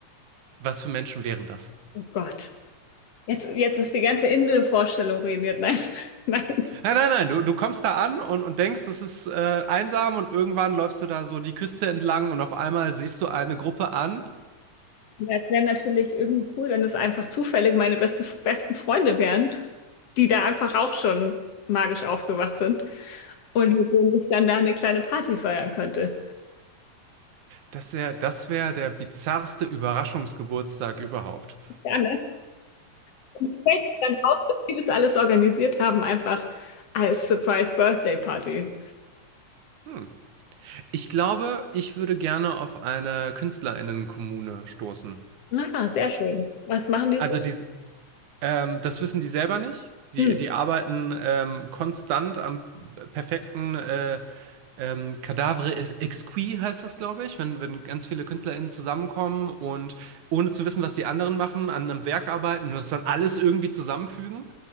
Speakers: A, on the right; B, on the left.
A: was für Menschen wären das?
B: oh Gott. Jetzt, jetzt ist die ganze Inselvorstellung ruiniert. Nein, <laughs> nein.
A: Nein, nein, nein, du, du kommst da an und, und denkst, es ist äh, einsam und irgendwann läufst du da so die Küste entlang und auf einmal siehst du eine Gruppe an.
B: Ja, Es wäre natürlich irgendwie cool, wenn es einfach zufällig meine beste, besten Freunde wären, die da einfach auch schon magisch aufgewacht sind und mit denen ich dann da eine kleine Party feiern könnte.
A: Das wäre, das wäre der bizarrste Überraschungsgeburtstag überhaupt.
B: Ja, ne? Und es stellt sich dann raus, dass die das alles organisiert haben, einfach als Surprise Birthday Party.
A: Hm. Ich glaube, ich würde gerne auf eine KünstlerInnenkommune stoßen.
B: Na, sehr schön. Was machen die
A: Also
B: so?
A: die, ähm, das wissen die selber nicht. Die,
B: Hm,
A: die arbeiten ähm, konstant am perfekten äh, Ähm, Cadavre Exquis heißt das, glaube ich, wenn, wenn ganz viele KünstlerInnen zusammenkommen und ohne zu wissen, was die anderen machen, an einem Werk arbeiten und das dann alles irgendwie zusammenfügen.